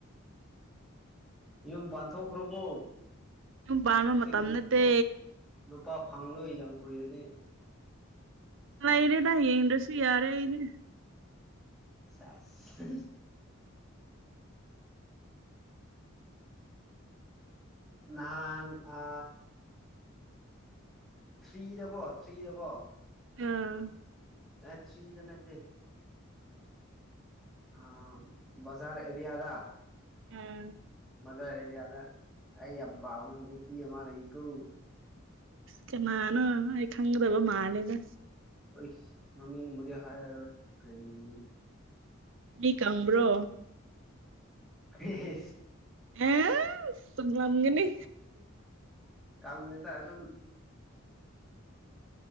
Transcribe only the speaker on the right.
ꯌꯨꯝ ꯄꯥꯟꯕ
ꯃꯇꯝ ꯅꯠꯇꯦ
ꯏꯔꯦꯗꯏ ꯌꯦꯗꯁꯨ ꯌꯥꯔꯦ ꯑꯩꯔ
ꯑꯥ
ꯎꯝ
ꯀꯅꯥꯅ ꯑꯩ ꯈꯪꯗꯕ ꯃꯥꯂꯦꯗ
ꯃꯤ ꯈꯪꯕ꯭ꯔꯣ
ꯑ ꯁꯨꯡꯂꯝꯂꯝꯒꯅꯤ